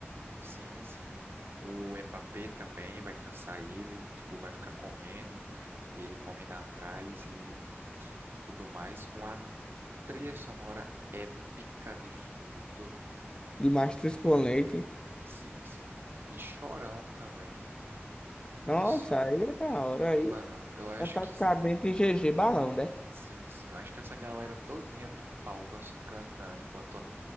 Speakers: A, on the right; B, on the left.
A: Sim, sim. O Mbappé também vai cansar ele, tipo, vai ficar correndo, e ele correndo atrás e tudo mais, com a trilha sonora épica de fundo.
B: de mastruz com leite.
A: Sim, sim. De Chorão também.
B: Nossa,
A: Nossa, mano.
B: aí é da hora, aí
A: Mano, eu acho
B: é praticamente
A: que.
B: GG balão, né?
A: Sim, sim. Eu acho que essa galera todinha no palco, assim, cantando, enquanto